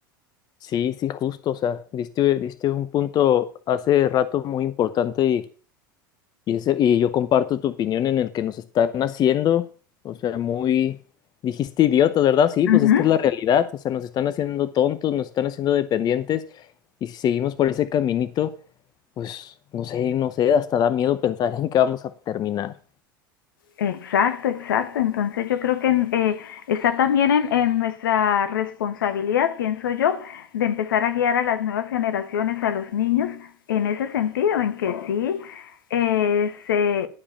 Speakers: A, on the left (about 35°); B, on the left (about 75°).
A: Sí, sí, justo. O sea, diste, diste un punto hace rato muy importante y, y, ese- y yo comparto tu opinión en el que nos están haciendo, o sea, muy, dijiste idiota, ¿verdad? Sí,
B: Uh
A: pues
B: -huh.
A: es que es la realidad. O sea, nos están haciendo tontos, nos están haciendo dependientes y si seguimos por ese caminito, pues no sé, no sé, hasta da miedo pensar en qué vamos a terminar.
B: Exacto, exacto. Entonces yo creo que eh, está también en, en nuestra responsabilidad, pienso yo, de empezar a guiar a las nuevas generaciones, a los niños, en ese sentido, en que sí eh, se